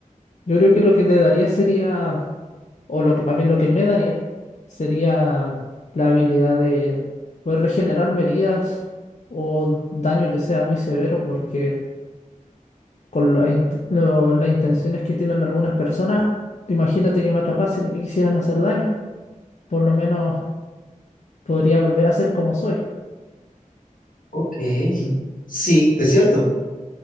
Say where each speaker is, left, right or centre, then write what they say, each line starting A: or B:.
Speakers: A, on the left (about 55°); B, on the left (about 75°).
A: Yo creo que lo que te daría sería, o lo que más bien lo que me daría, sería la habilidad de poder regenerarme heridas o daño que sea muy severo, porque con la int- lo- las intenciones que tienen algunas personas, imagínate que me atrapasen y me quisieran hacer daño. Por lo menos podría volver a ser como soy.
B: Ok, sí, es cierto.